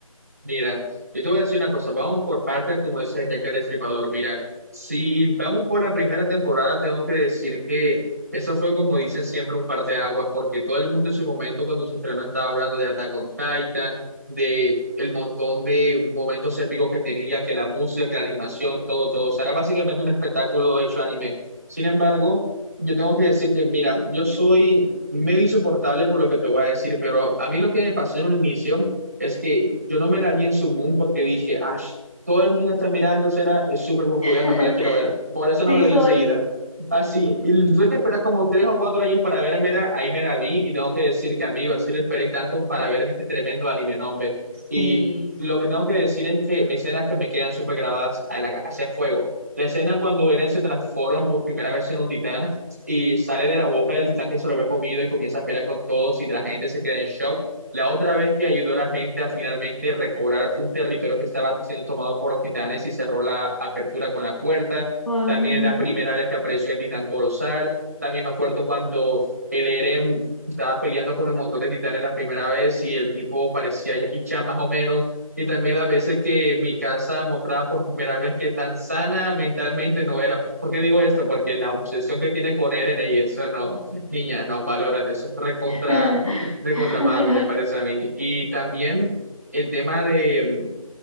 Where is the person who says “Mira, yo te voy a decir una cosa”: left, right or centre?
Right